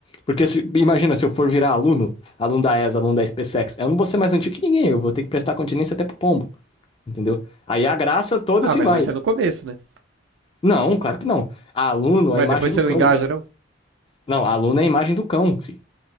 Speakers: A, on the left (about 30°); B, on the right (about 80°).
A: Porque se- imagina, se eu for virar aluno, aluno da ESA, aluno da SpaceX, eu não vou ser mais antigo que ninguém. Eu vou ter que prestar continência até pro pombo, entendeu? Aí a graça toda
B: Ah,
A: se
B: mas
A: vai.
B: isso é no começo, né?
A: Não, claro que não. Aluno,
B: Ué,
A: a imagem
B: depois
A: do
B: você
A: cão.
B: não engaja,
A: Não, aluno é a imagem do cão, fi.